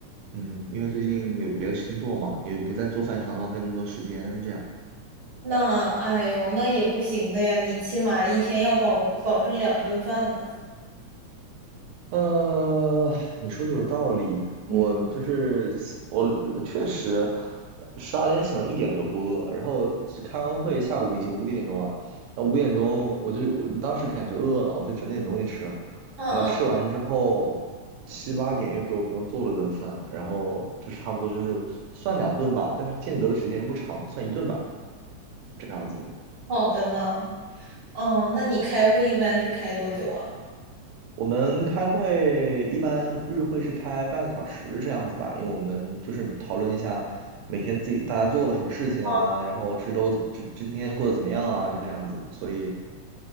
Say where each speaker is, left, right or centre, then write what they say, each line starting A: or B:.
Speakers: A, on the right (about 80°); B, on the right (about 60°).
A: 嗯，因为最近有别的事情做嘛，也不在做饭上浪费那么多时间，这样。
B: 那哎呦，那也不行的呀，你起码一天要保保证两顿饭呢。
A: 呃，你说的有道理，我就是我确实
B: 嗯，
A: 十二点醒了，一点都不饿，然后只开完会，下午已经五点钟了，然后五点钟我就我当时感觉饿了，我就整点东西吃，然
B: 嗯嗯，
A: 后吃完之后七八点又给我朋友做了顿饭，然后就差不多就是算两顿吧，但是间隔的时间不长，算一顿吧，就这样子。
B: 好的呢。哦，那你开会一般是开多久啊？
A: 我们开会一般日会是开半个小时这样子吧，因为我们就是讨论一下每天自己大家做了什么事情啊，
B: 哦，
A: 然后这周怎这这今天过得怎么样啊，就这样子。所以，